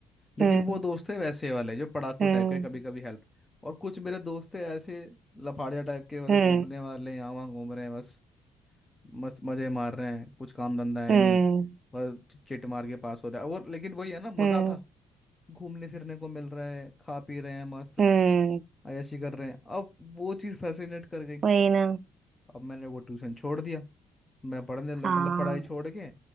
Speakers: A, on the left; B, on the right.
A: लेकिन
B: हम्म
A: वो दोस्त थे वैसे वाले जो पढ़ाकू
B: हम्म
A: टाइप के कभी कभी हेल्प और कुछ मेरे दोस्त थे ऐसे लफाड़िया टाइप के वाले
B: हम्म
A: घूमने वाले यहाँ वहाँ घूम रहे हैं बस मस्त मज़े मार रहे हैं कुछ काम धंधा है
B: हम्म
A: नहीं बस चिट मार के पास हो रहा है और लेकिन वही है ना मज़ा
B: हम्म
A: था घूमने फिरने को मिल रहा है खा पी रहे हैं मस्त
B: हम्म,
A: अय्याशी कर रहे हैं अब वो चीज़ फैसिनेट कर गई
B: वही ना
A: अब मैंने वो ट्यूशन छोड़ दिया मैं पढ़ने लग
B: हाँ
A: मतलब पढ़ाई छोड़ के